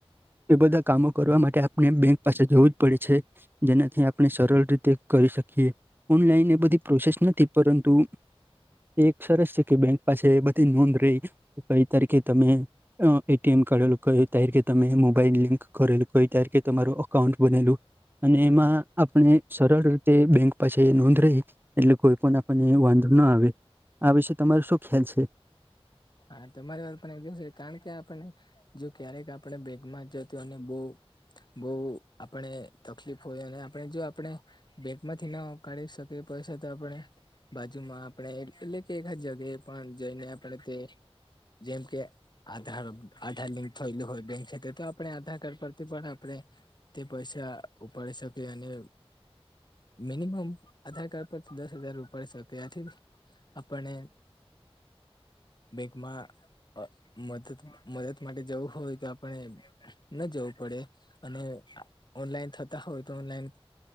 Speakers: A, on the right; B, on the left.
A: એ બધા કામો કરવા માટે, આપણે બેંક પાસે જવું જ પડે છે. જેનાથી આપણે સરળ રીતે કરી શકીએ. ઓનલાઈન એ બધી પ્રોસેસ નથી, પરંતુ એક સરસ છે કે, બેંક પાસે બધી નોંધ રહી, કઈ તારીખ તમે એટીએમ કાઢેલું, ક ત્યારે કે, તમે મોબાઈલ લિંક કરેલું, કહ ત્યારે કે તમારું અકાઉન્ટ બનેલું. અને એમાં આપણે સરળ રીતે બેંક પાસે નોંધ રહી. એટલે આપણને વાંધો ના આવે, આ વિશે તમારો શું ખ્યાલ છે?
B: હા, તમારી વાત પણ એકવ છે, કારણ કે આપને જો ક્યારેક આપણે બેગમાં જ જત અને બહુ બહુ આપણે તકલીફ હોય, અને આપણે જો આપણે બેંક કાઢી શકી પૈસા તો આપણે બાજુમાં આપણે એટલે કે એકા જગ્યાએ પણ જઈને, આપણે તે જેમ કે આધાર આધાર લિંક થયેલું હોય, બેંક ખ તો આપણે આધાર કાર્ડ પરથી પણ આપણે તે પૈસા ઉપાડી શકે અને મિનિમમ આધાર કાર્ડ પરથી દસ હજાર ર ઉપાડ શેકેથી આપણને. બેગમાં. મદ મદદ માટે જવું હોય તો, આપણે ન જવું પડે. અને ઓનલાઈન થતા હોય તો, ઓનલાઈન